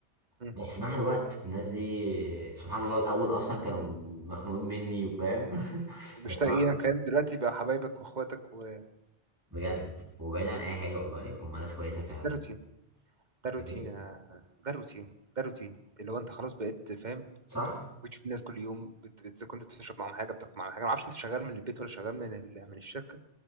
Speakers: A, on the right; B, on the right.
A: امم.
B: بس مع الوقت الناس دي سبحان الله الاول اصلا كانوا مخنوقين مني وفاهم <laughs>
A: مش
B: بس
A: تلاقي
B: انا
A: الكلام دلوقتي بقى حبايبك واخواتك و
B: بجد وبعيد عن اي حاجه والله هم ناس كويسه فعلا
A: بس ده روتين ده روتين
B: ايه
A: يا- ده روتين ده روتين اللي هو انت خلاص بقيت فاهم
B: صح
A: بتشوف الناس كل يوم بت... بت... كنت بتشرب معاهم حاجه بتاكل معاهم حاجه ما اعرفش انت شغال من البيت ولا شغال من ال... من الشركه